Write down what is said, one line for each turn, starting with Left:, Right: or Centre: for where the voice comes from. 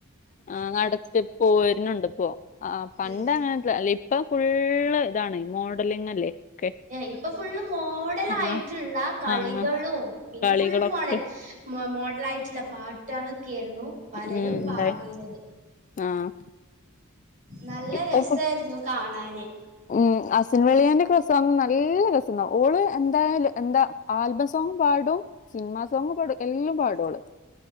Left: ആ നടത്തി പോരുന്നുണ്ട് ഇപ്പൊ. ആ, പണ്ട്
Right: ഉം
Left: അങ്ങന അല്ല. ഇപ്പൊ ഫുള്ള് ഇതാണ് മോഡലിംഗ് അല്ലേ? ഒക്കെ
Right: ഇപ്പൊ ഫുള്ള് മോഡൽ ആയിട്ടുള്ള
Left: ആഹ്
Right: കളികളും,
Left: ആഹ്
Right: പിന്നെ
Left: കളികളൊക്കെ
Right: ഫുൾ മോഡൽ. മൊ മോഡലായിട്ടുള്ള പാട്ട്കളൊക്കെ ആയിരുന്നു. പലരും
Left: ഉം,
Right: പാടീനത്
Left: ന്തായി? ആഹ്
Right: നല്ല
Left: ഇപ്പൊ
Right: രസായിരുന്നു കാണാന്.
Left: ഉം അസൻ വെളിയന്റെ ക്കെ സോങ്ങ് നല്ല രസണ്ടാവും. ഓള് എന്തായാലും എന്താ ആൽബം സോങ്ങും പാടും. സിനിമാ സോങ്ങും പാടും എല്ലാം പാടോള്.